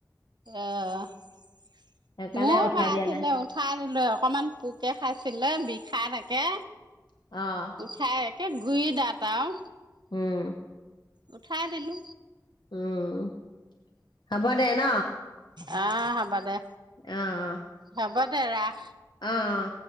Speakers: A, on the right; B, on the left.
A: অ'
B: সেইকাৰণে
A: মোৰো
B: উঠাই
A: সৰাইছিলো।
B: দিয়া নাই
A: উঠাই দিলো, অকমান পোকে খাইছিলে বিষাই থাকে।
B: অ'।
A: ঠাই একে গুৰি দাত আৰু।
B: উম।
A: উঠাই দিলো।
B: উম। হ'ব দে ন
A: অ' হ'ব দে।
B: অ', অ'।
A: হ'ব দে ৰাখ।
B: অ'।